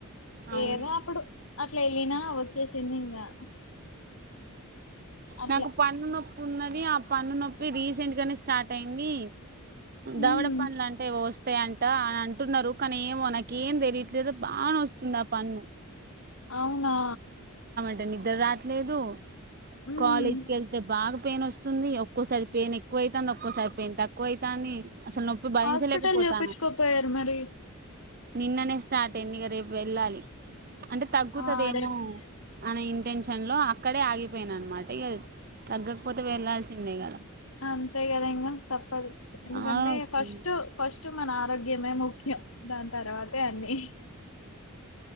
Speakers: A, on the right; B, on the left.
A: అవును
B: ఏదా అప్పుడు అట్లా వెళ్ళినా వచ్చేసింది ఇంకా అట్లా
A: నాకు పన్ను నొప్పి ఉన్నది ఆ పన్ను నొప్పి ఇ రీసెంట్ గానే స్టార్ట్ అయింది దవడ
B: ఉమ్
A: పనుడ్ల అంటే ఓస్ వస్తాయంట అని అంటున్నారు కానీ ఏమో నాక ఏం తెలియట్లేదు బాగా నొస్తుంది ఆ పన్ను
B: అవునా
A: అంటే నిద్ర రాట్లేదు
B: ఉమ్
A: కాలేజ్కి వెళ్తే బాగా పెయిన్ వస్తుంది ఒక్కోసారి పెయిన్ ఎక్కువ అయితుంది ఒక్కోసారి పెయిన్ తక్కువా అయితాంది అసలు నొప్పి భరించలేక
B: హాస్పిటల్
A: పోతాన్నా
B: చూపించుకోపోయారు మరి
A: నిన్ననే స్టార్ట్ అయింది ఇక రేపు వెళ్ళాలి అంటే తగ్గుతది
B: ఆ
A: ఏమో
B: రేపు
A: అని ఇ టెన్షన్ లో అక్కడే ఆగిపోయిన అనమాట ఇక తగ్గకపోతే వెళ్ళల్సిందే ఇగా
B: అంతే కదా ఇంకా తప్పదు ఎందుకంటే
A: బాగా వస్తుంది
B: ఫస్ట్ ఫస్ట్ మ నా తగ్గిందే ముఖ్యం దాని తర్వాతే అన్ని